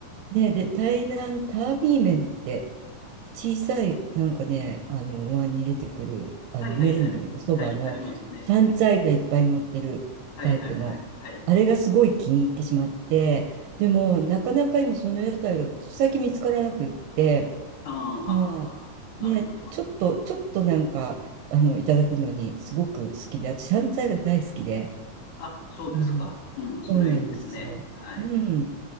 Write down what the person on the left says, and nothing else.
はいはいはい。
はい、ありますね。
はいはいはい。はい。
ああ、ははは。
なるほど。
あ、そうですか。
うん、それいいですね。
はい。